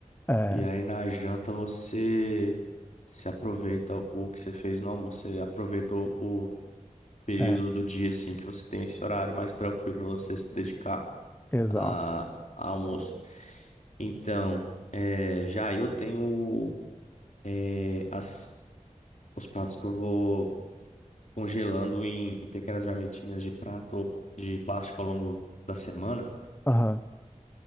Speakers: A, on the left; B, on the left.
A: É,
B: e aí na janta você se aproveita o que você fez no almoço, você aproveita o, o período
A: é,
B: do dia assim que você tem esse horário mais tranquilo para você se dedicar.
A: exato.
B: a, a almoço. Então, é, já eu tenho é, as, os pratos que eu vou congelando em, em pequenas marmitinhas de prato de plástico ao longo da semana,
A: Aham,